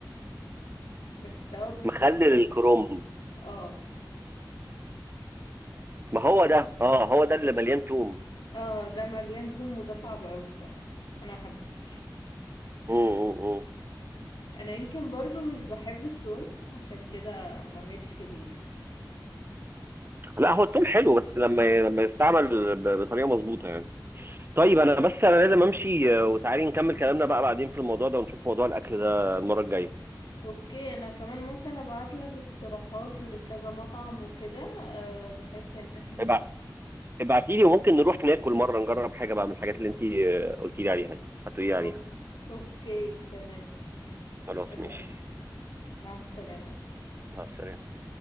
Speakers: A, on the left; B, on the right.
A: بس توابله
B: مخلل
A: صعب
B: الكروم
A: اه
B: ما هو ده اه هو ده اللي مليان توم
A: اه ده مليان توم وده صعب اوي بصراحة انا ما حبيتهوش
B: مم، مم، مم.
A: انا يمكن برضو مش بحب التوم عشان كده ما ملش ليه يعني.
B: لا هو التوم حلو بس لما لما يستعمل ب- بطريقه مظبوطه يعني طيب انا بس انا لازم امشي آه، وتعالي نكمل كلامنا بقى بعدين في الموضوع ده ونشوف موضوع الاكل ده المره الجايه
A: اوكي انا كمان ممكن ابعت لك اقتراحات لكذا مطعم وكده آه بحيث ان احنا
B: طيب، ابعتي لي وممكن نروح ناكل مرة نجرب حاجة بقى من الحاجات اللي انت قلتي لي عليها دي هتقولي لي عليها
A: أوك- اوكي تمام
B: خلاص
A: حلو
B: ماشي
A: اوي مع السلامة
B: مع السلامة